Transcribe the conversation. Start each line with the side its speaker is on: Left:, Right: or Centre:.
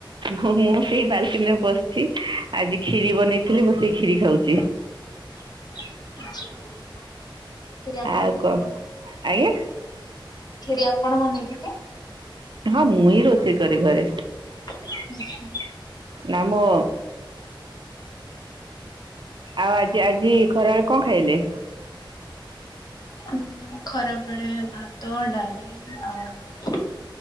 Right: ହଁ ମୁଁ ସେଇ ବାଲକିନି ରେ ବସିଛି, ଆଜି ଖିରି ବନେଇଥିଲି ବସିକି ଖିରି ଖାଉଛି।
Left: <unintelligible> ଖିରି ଆପଣ,
Right: ଆଉ କ'ଣ ଆଜ୍ଞା
Left: ଖିରି ଆପଣ ବନେଇଥିଲେ?
Right: ହଁ ମୁଁ ହିଁ ରୋଷେଇ କରେ ଘରେ।
Left: <inaudible>
Right: ନାମ ଆଉ ଆଜି ଆଜି ଖରାରେ କଣ ଖାଇଲେ?
Left: ମୁଁ ଖରାବେଳେ ଭାତ, ଡାଲି ଆଉ